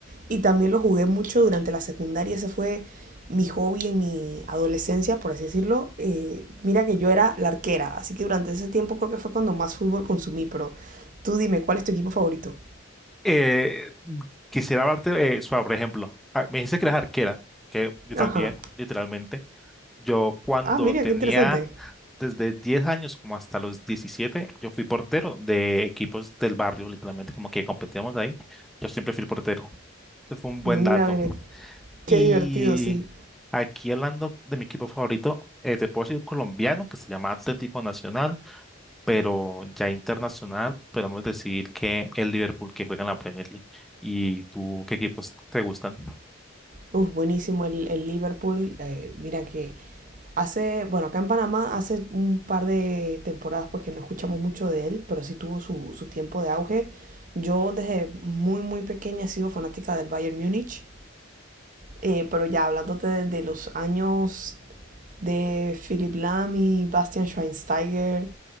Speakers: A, on the right; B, in the centre.
A: Y también lo jugué mucho durante la secundaria. Ese fue mi hobby en mi adolescencia, por así decirlo. Eh, mira que yo era la arquera, así que durante ese tiempo creo que fue cuando más fútbol consumí. Pero tú dime, ¿cuál es tu equipo favorito?
B: Eh, quisiera hablarte, eh, sobre, por ejemplo, ah, me dice que eres arquera, que yo también,
A: Ajá.
B: literalmente. Yo cuando
A: Ah, mira,
B: tenía
A: qué interesante.
B: desde 10 años como hasta los diecisiete yo fui portero de equipos del barrio, literalmente, como que competíamos ahí. Yo siempre fui el portero. Ese fue un buen
A: Mira,
B: dato.
A: mira,
B: Y
A: qué divertido, sí.
B: aquí hablando de mi equipo favorito, eh, te puedo decir colombiano, que se llama Atlético Nacional. pero ya internacional podemos decir que el Liverpool que juega en la Premier League. ¿Y tú qué equipos te gustan?
A: Uf, buenísimo el, el Liverpool. eh, mira que hace, bueno, acá en Panamá hace un par de temporadas pues que no escuchamos mucho de él, pero sí tuvo su, su tiempo de auge. Yo desde muy, muy pequeña he sido fanática del Bayern Múnich, eh, pero ya hablándote de, de los años de Philipp Lahm y Bastian Schweinsteiger,